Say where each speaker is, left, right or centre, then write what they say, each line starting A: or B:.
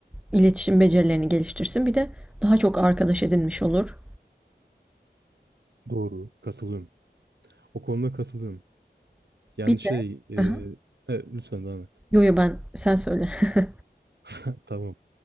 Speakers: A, in the centre; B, on the right.
A: iletişim becerilerini geliştirsin. Bir de daha çok arkadaş edinmiş olur.
B: Doğru. Katılıyorum. O konuda katılıyorum. Yani
A: Bir
B: şey,
A: de
B: e,
A: Aha.
B: e, lütfen devam et.
A: Yo yo ben sen söyle. <laughs>
B: <laughs> Tamam.